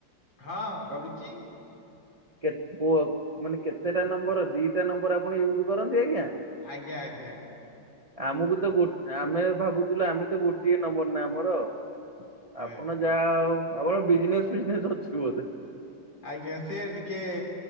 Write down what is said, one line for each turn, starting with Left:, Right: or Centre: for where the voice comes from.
Left: ହଁ କରୁଛି।
Right: କେତ୍ କୁହ, ମାନେ କେତେଟା ନମ୍ବର ଦିଟା ନମ୍ବର ଆପଣ ୟୁଜ୍ କରନ୍ତି ଆଜ୍ଞା?
Left: ଆଜ୍ଞା ଆଜ୍ଞା।
Right: ଆମକୁ ତ ଗୋ-ଆମେ ଭାବୁଥିଲୁ ଆମେ ତ ଗୋଟିଏ ନମ୍ବର ନା ଆମର। ଆପଣ
Left: ଆଜ୍ଞା ଆଜ୍ଞା।
Right: ଯାହା ଆଉ, ଆପଣ ବିଜିନେସ୍ ଫିଜିନେସ୍ ଅଛି ବୋଧେ?
Left: ଆଜ୍ଞା ସେ ଟିକେ